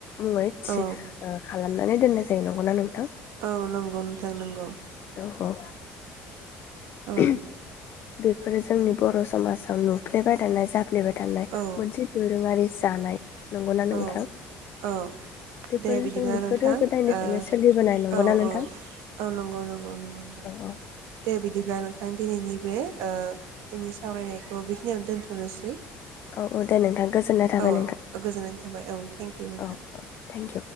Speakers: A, on the left; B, on the right.
A: मुङै थिस
B: औ
A: ओ खा खालामनानै दोननाय जायो नंगौना नोंथां?
B: औ नोंगौ नोंथां नंगौ।
A: औ औ
B: औ
A: <inaudible> बेफोरो जोंनि बर' समाजाव नुफ्लेबाय थानाय जा सफ्लेबाय थानाय
B: औ
A: मोनसे दोरोङारि जानाय। नंगौना नोंथां
B: औ औ
A: बेफोर
B: दे बिदिब्ला
A: जोंनि
B: नोंथां
A: गोदो गोदायनिफ्रायनो
B: ओ
A: सोलिबोनाय नंगौना
B: औ
A: नोंथां
B: औ औ नंगौ नंगौ नंगौ नोंथां
A: औ
B: दे बिदिब्ला नोंथां दिनैनि बे ओ जोंनि सावरायनाय <unintelligible> बेखिनियावनो दोनथ'नोसै
A: औ औ दे नोंथां गोजोननाय थाबाय
B: औ
A: नोंथां
B: गोजोननाय थाबाय औ थेंक इउ नोंथां।
A: औ Thank you